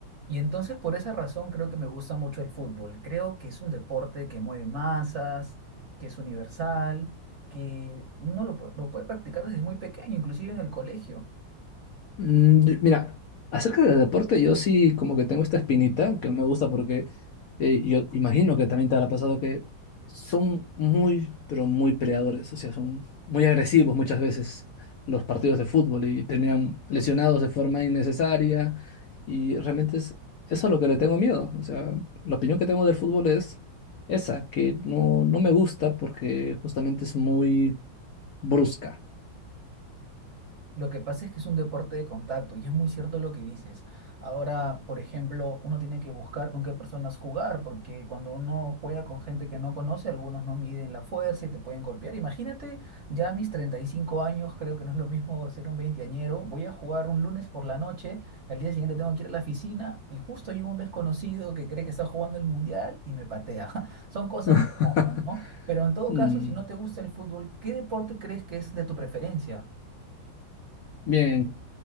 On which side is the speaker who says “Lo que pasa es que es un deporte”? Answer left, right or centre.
Right